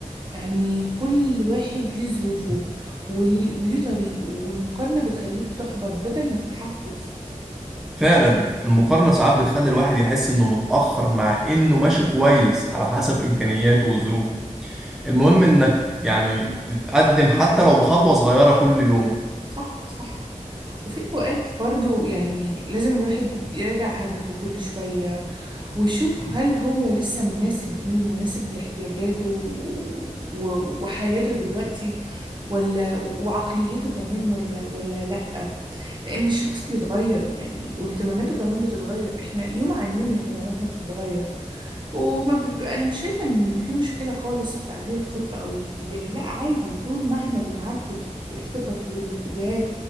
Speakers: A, on the right (about 35°); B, in the centre.
A: يعني كل واحد ليه ظروفه ول- وليه طريقه والمقارنة بتخليك تحبط بدل ما تتحفز
B: فعلا المقارنة ساعات بتخلي الواحد يحس إنه متأخر مع إنه ماشي كويس على حسب إمكانياته وظروفه المهم إنك يعني تتقدم حتى لو بخطوة صغيرة كل يوم
A: صح صح وفي أوقات برضو يعني لازم الواحد يراجع هدفه كل شوية ويشوف هل هو لسه مناسب ليه مناسب لاحتياجاته و- و- وحياته دلوقتي ولا وعقليته كمان ولا ولا لا لأن الشخص بيتغير يعني واهتماماته كمان بتتغير احنا يوم عن يوم اهتماماتنا بتتغير وما بيبقى أنا مش شايفة إن في مشكلة خالص في تعديل الخطة أو الاتجاه لا عادي طول ما إحنا بنعدل الخ- الخطط والاتجاهات